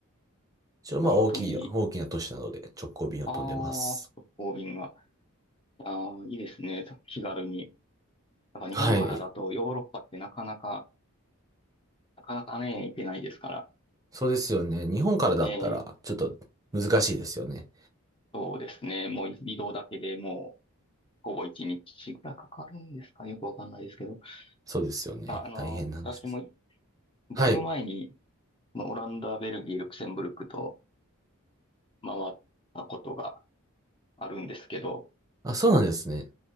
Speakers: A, on the right; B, on the left.
A: 一応まあ大きい、
B: いや、本当に、
A: 大きな都市なので直行便を飛んでます。
B: ああ、直行便が。いやー、いいですね。気軽に。やっぱ日本からだとヨーロッパってなかなか、
A: はい。
B: なかなかね、行けないですから。
A: そうですよね。日本からだったら、
B: ええ、
A: ちょっと難しいですよね。
B: そうですね。もう移動だけでもう、ほぼ1日ぐらいかかるんですかよくわかんないですけど。
A: そうですよね。
B: あ、あのー、
A: 大変な話です。
B: 私もだいぶ前に、
A: はい。
B: まあオランダ、ベルギー、ルクセンブルクと回ったことがあるんですけど、
A: あ、そうなんですね。